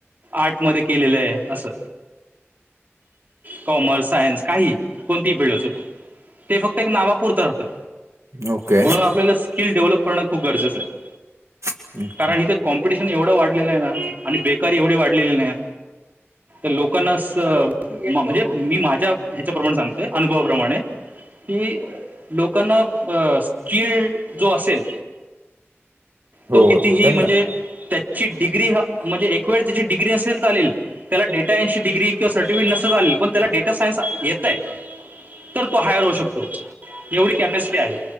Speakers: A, on the right (about 40°); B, on the right (about 80°).
A: आर्ट मध्ये केलेलं आहे. असं कॉमर्स, सायन्स काही कोणती फिल्ड असो, ते फक्त एक नावापुरतं राहतं.
B: ओके
A: म्हणून आपल्याला स्किल डेव्हलप करणं खूप गरजेचं आहे.
B: अच्छा
A: कारण इथ कॉम्पिटिशन एवढं वाढलेलं आहे ना, आणि बेकारी एवढी वाढलेली नाही. लोकांना आस म्हणजे मी माझ्या ह्याच्याप्रमाणे सांगतोय, अनुभवाप्रमाणे कि लोकांना अ कि जो असेल,
B: हो
A: तो कितीही
B: त्यांना
A: म्हणजे त्या ची डिग्री हा, म्हणजे एक वेळ त्याची डिग्री असे चालेल, त्याला डेटान् डग्री किं सर्टिफिकेट नसेल तर चालेल, पण त्याला डेटा सायन्स येतंय तर तो हायर होऊ शकतो, एवढी कॅपॅसिटी आहे.